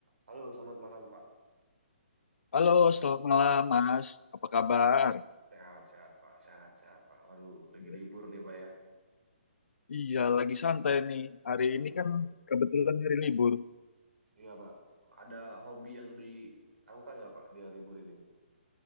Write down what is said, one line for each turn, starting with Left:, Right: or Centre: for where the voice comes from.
Right: Halo, selamat malam Pak.
Left: Halo, selamat malam Mas. Apa kabar?
Right: Wah, sehat-sehat Pak, sehat-sehat Pak. Waduh, lagi
Left: Iya,
Right: libur nih Pak ya.
Left: Iya, lagi santai nih. Hari
Right: Waduh,
Left: ini kan kebetulan hari libur.
Right: iya Pak. Ada hobi yang dilakukan nggak Pak dia libur ini?